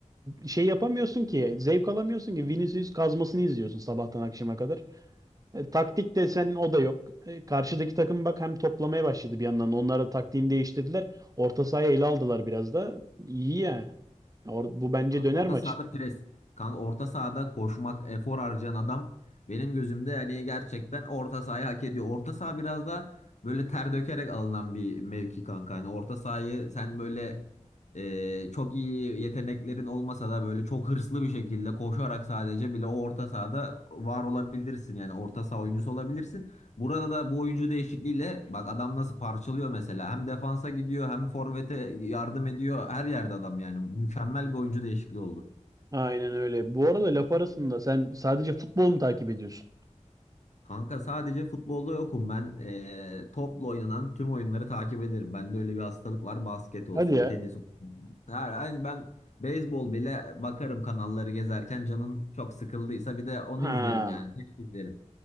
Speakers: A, on the right; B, on the left.
A: şey yapamıyorsun ki zevk alamıyorsun ki Vinicius kazmasını izliyorsun sabahtan akşama kadar. E, taktik de sen o da yok. E, karşıdaki takım bak hem toplamaya başladı bir yandan. Onlara taktiğini değiştirdiler. Orta sahayı ele aldılar biraz da. İyi ya. Or- bu bence
B: Kanka
A: döner
B: orta
A: maç.
B: sahada pres. Kanka orta sahada koşmak, efor harcayan adam benim gözümde yani gerçekten orta sahayı hak ediyor. Orta saha biraz da böyle ter dökerek alınan bir mevki kanka. Yani orta sahayı sen böyle e, çok iyi yeteneklerin olmasa da böyle çok hırslı bir şekilde koşarak sadece bile o orta sahada var olabilirsin. Yani orta saha oyuncusu olabilirsin. Burada da bu oyuncu değişikliğiyle bak adam nasıl parçalıyor mesela. Hem defansa gidiyor hem forvete yardım ediyor. Her yerde adam yani. Mükemmel bir oyuncu değişikliği oldu.
A: Aynen öyle. Bu arada laf arasında sen sadece futbol mu takip ediyorsun?
B: Kanka sadece futbolda yokum ben. Ee, topla oynanan tüm oyunları takip ederim. Bende öyle bir hastalık var. Basket olsun,
A: Hadi ya.
B: tenis olsun. Her, aynı ben beyzbol bile bakarım kanalları gezerken canım çok sıkıldıysa bir de onu
A: Ha.
B: izlerim yani. Tenis izlerim.